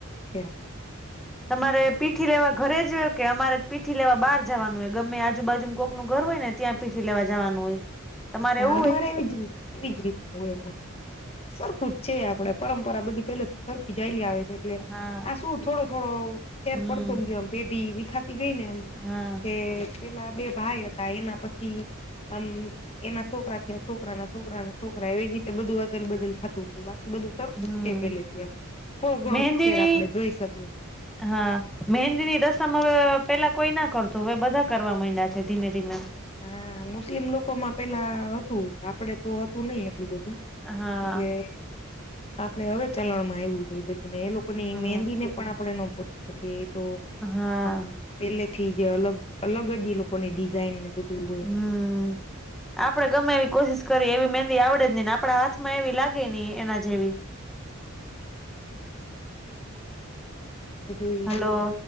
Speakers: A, on the left; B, in the centre.
A: કેરા
B: તમારે પીઠી લેવા ઘરે જ કે અમારે જ પીઠી લેવા બહાર જવાનું હોય ગમે આજુ બાજુ કોકનું ઘર હોય ને ત્યાં પીઠી લેવા જવાનું હોય તમારે
A: ના
B: એવું
A: અમારે
B: હોય
A: એવી જ રીત એવી જ રીતના હોય અમારે સરખું જ છે આપડે પરંમપરા આ બધી પેલાથી સરખી જાયેલી આવે છે એટલે
B: હા
A: આ શું થોડો થોડો ફેર
B: હમ
A: પડતો ગયો એમ પેઢી વિખાતી ગઈને એમ
B: હા
A: કે પેલા બે ભાઈ હતા એના પછી આમ એના છોકરા થયા છોકરા ના છોકરા છોકરા એવી રીતે બધું અદલ બદલ થતું ગયું બાકી બધું સરું
B: હમ
A: છે પેલેથી એમ બઉ ઘણો
B: મહેંદીની
A: ફેર આપડે જોઈ શકીએ
B: હા મહેંદી ની રસમ હવે પેલા કોઈ ના કરતુ હવે બધા કરવા માંડ્યા છે ધીમે ધીમે
A: હા મુસ્લિમ લોકોમાં પેલા હતું આપડે તો હતું નહિ એટલું બધું
B: હા
A: એટલે આપડે હવે ચલણમાં આવું છે એ બધુંને એ લોકોની
B: હમ
A: મેંહદી ને પણ આપણે નો પહોંચી શકીએ એ તો
B: હા
A: આમ પેલેથી જે અલગ અલગ જ એ લોકોની ડિઝાઇન ને બધું હોય.
B: હમ આપડે ગમે એવી કોશિશ કરીએ એવી મહેંદી આવડે જ નહીને આપણા હાથમાં એવી લાગે ને એના જેવી
A: બધું
B: હલો